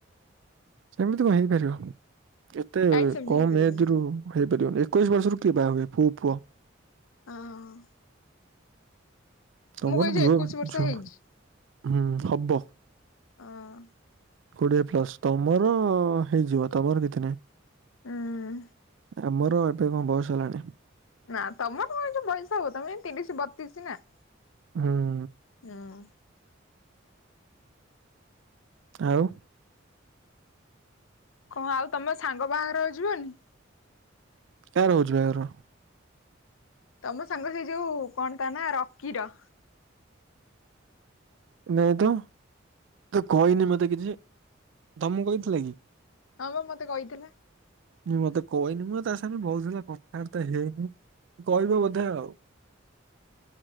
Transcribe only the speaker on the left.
କାହିଁ ସେମିତି
ହେଇପାରିବନି।
ହଁ।
ଏଇ ଯୋଉ
ଏକୋଇଶି ବର୍ଷ
ହେଇଛି।
ହଁ।
ହୁଁ।
ନା ତମର କଣ ବୟସ ହବ ତମେ ତିରିଶ ବତିଶ ନା।
ହଁ।
କଣ ଆଉ ତମ ସାଙ୍ଗ ବାହାଘରକୁ ଯିବନି?
ତମ ସାଙ୍ଗ ସେ ଯୋଉ କଣ ତା ନା ରକିର।
ହଁ ବା ମତେ କହିଥିଲା।